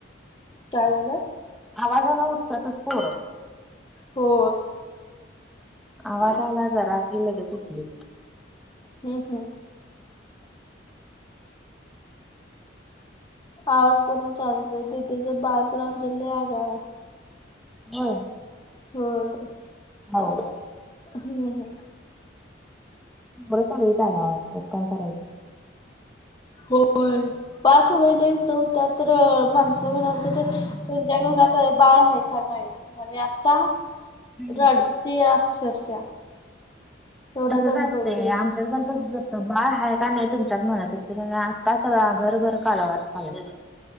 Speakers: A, on the left; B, in the centre.
A: काय झालं?
B: आवाजान उठतातच पोरं.
A: हो.
B: आवाज आला जरा की लगेच उठली.
A: हम् हम्. आवाज करून चाललं दिदीच बाल पूराण <unintelligible>
B: हा.
A: हो.
B: हाव.
A: हम्म हम.
B: <unintelligible> कस काय करायचं?
A: होय पाच वेला हित होता तर माणसं म्हणाल त ते तुमच्या घरात बाळ हाय का नाई अणि आत्ता
B: हम्म.
A: रडती या अक्षरशः- एवढा
B: तसंच
A: दंबवतोय.
B: असतय आमच्यात पण तस असतय- बाळ आहे का नाही तुमच्या म्हणत आत्ता सगळा घरभर कालावाज चाल-